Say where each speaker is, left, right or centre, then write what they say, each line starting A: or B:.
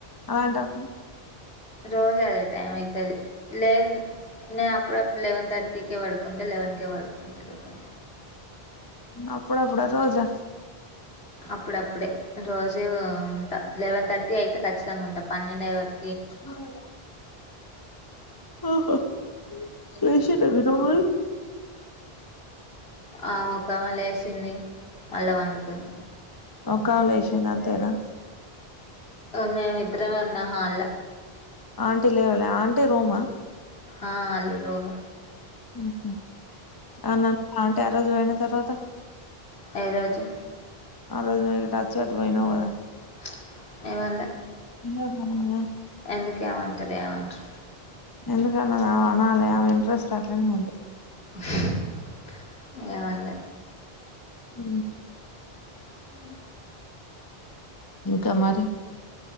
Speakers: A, on the left; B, on the left.
A: అలాంటప్పుడు
B: రోజు అదే టైమ్ అయితది లేద్ నేను అప్పుడుప్పుడు లెవన్ తట్టికే వాడుకుంట లెవన్ కే పడుకుంట లేకుంటే
A: అప్పుడప్పుడా రోజా
B: అప్పుడప్పుడే రోజు ఉంటా లెవెన్ తట్టి అయితే ఖచ్చితంగా ఉంటా పన్నెండు అయ్యే వర్కు
A: అవున ఆహా లెషిరా మీరు మరి
B: ఆమె ఒకామె లేషింది మళ్ళా వండుకుంది
A: ఒకకావే లేషంది అంతేనా
B: మేమి ఇద్దరమే ఉన్నాం హాళ
A: ఆంటీ లేవాల ఆంటే రూమా
B: ఆ అల్లు రూము
A: ఉహు అనాన్న అంటారోజువోయిన తర్వాత
B: ఏరోజు
A: ఆ రోజు ను ఇటు అచ్చి అటు వోయ్నవ్ గద
B: ప్చ్ ఏమన్లే
A: ఎందుకనాలే
B: ఎందుకేమంటాది ఏమంటర్ర్
A: ఎందుకన్నా అమే అనాలి అమే ఇంట్రెస్ట్ అట్లనే ఉంది
B: హు ఏం అన్లే
A: ఉ
B: ఉ
A: ఇంకా మరి